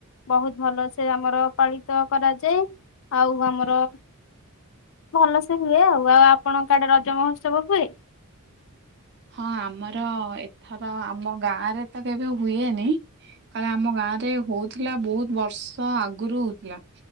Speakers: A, on the left; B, on the right.
A: ବହୁତ ଭଲ ସେ ଆମର ପାଳିତ କରାଯାଏ ଆଉ ଆମର ଭଲ ସେ ହୁଏ ଆଉ ଆଉ ଆପଣଙ୍କ ଆଡେ ରଜ ମହୋତ୍ସବ ହୁଏ?
B: ହଁ ଆମର ଏଥର ଆମ ଗାଁରେ ତ କେବେ ହୁଏନି କାଳେ ଆମ ଗାଁ ରେ ହଉଥିଲା ବହୁତ ବର୍ଷ ଆଗରୁ ହଉଥିଲା।